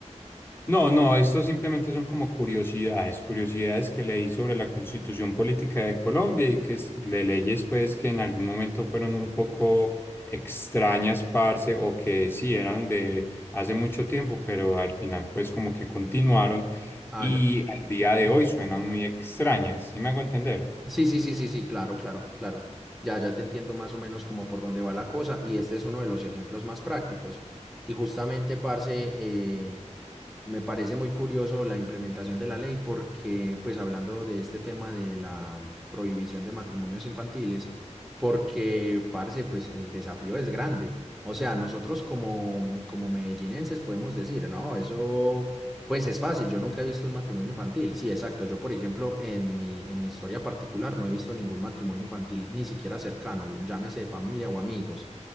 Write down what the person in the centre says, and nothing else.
Ah,
ya.
Sí, sí, sí, sí, sí, claro, claro, claro. Ya, ya te entiendo más o menos como por dónde va la cosa y este es uno de los ejemplos más prácticos. Y justamente, parce, eh, me parece muy curioso la implementación de la ley porque, pues hablando de este tema de la prohibición de matrimonios infantiles, porque, parce, pues el desafío es grande. O sea, nosotros como, como medellinenses podemos decir, no, eso, pues es fácil, yo nunca he visto un matrimonio infantil. Sí, exacto, yo por ejemplo, en mi, en mi historia particular no he visto ningún matrimonio infantil, ni siquiera cercano, llámese familia o amigos